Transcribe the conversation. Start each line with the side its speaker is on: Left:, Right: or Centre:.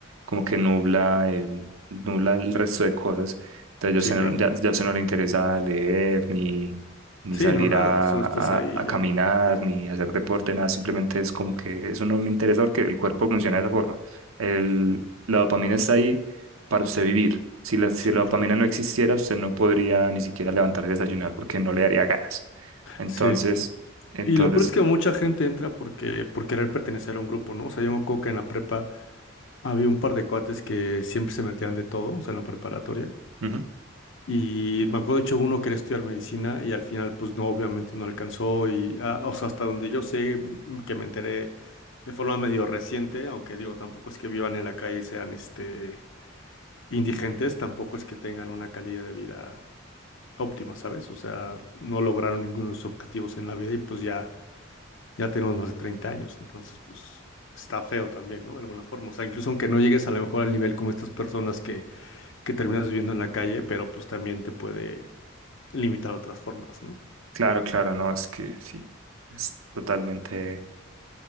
Right: como que nubla el, nubla el resto de cosas. Entonces yo
Left: sí,
Right: se
Left: claro.
Right: no- ya, ya se no le interesa leer ni, ni
Left: Sí,
Right: salir
Left: no, nada,
Right: a,
Left: solo estás
Right: a,
Left: ahí y
Right: a
Left: ya.
Right: caminar ni hacer deporte, nada, simplemente es como que eso no me interesa porque el cuerpo funciona de esa forma. El, la dopamina está ahí para usted vivir. Si la, si
Left: Sí,
Right: la dopamina
Left: claro.
Right: no existiera, usted no podría ni siquiera levantar y desayunar porque no le daría ganas. Entonces,
Left: Sí.
Right: entonces,
Left: Y lo peor es que mucha gente entra porque, por querer pertenecer a un grupo, ¿no? O sea, yo me acuerdo que en la prepa había un par de cuates que siempre se metían de todo, o sea, en la preparatoria.
Right: ujú.
Left: Y me acuerdo, de hecho, uno quería estudiar medicina y al final, pues no, obviamente no alcanzó. Y, ah, o sea, hasta donde yo sé, mm, que me enteré de forma medio reciente, aunque digo, tampoco es que vivan en la calle y sean, este, indigentes, tampoco es que tengan una calidad de vida óptima, ¿sabes? O sea, no lograron ninguno de sus objetivos en la vida y pues ya Ya tenemos más de 30 años, entonces pues está feo también, ¿no? De alguna forma. O sea, incluso aunque no llegues a lo mejor al nivel como estas personas que, que terminas viviendo en la calle, pero pues también te puede limitar de otras formas, ¿no?
Right: Claro, claro, no, es que sí, es totalmente